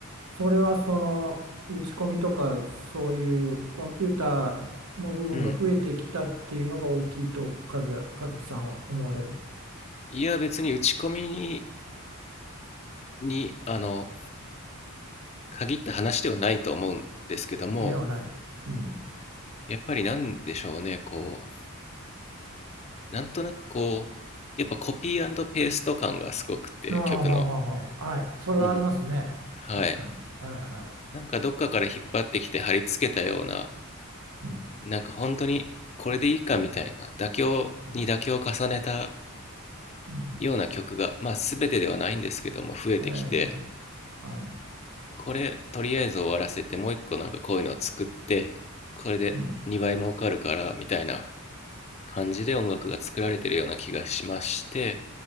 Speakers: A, on the right; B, on the left.
A: それはその打ち込みとかそういうコンピューターの部分が増えてきたっていうのが大きいと和也、
B: うん、
A: 和樹さんは思われる
B: いや、別に打ち込みに、に、あの、限った話ではないと思うんですけども、
A: ではない。うん。
B: やっぱりなんでしょうね、こう、なんとなくこう、やっぱコピーペースト感がすごくて、
A: ああ、
B: 曲の。
A: はあはあはあはい。それはありますね。
B: うん。はい。
A: 確かに。はいはい。
B: なんかどっかから引っ張ってきて貼り付けたような、
A: うん。
B: なんか本当にこれでいいかみたいな、妥協に妥協を重ねた
A: うん。うん
B: ような曲が、まあ全てではないんですけども、増えてきて、
A: ええはい。
B: これとりあえず終わらせてもう一個なんかこういうのを作ってこれで2倍儲かるからみたいな
A: うん。
B: 感じで音楽が作られてるような気がしまして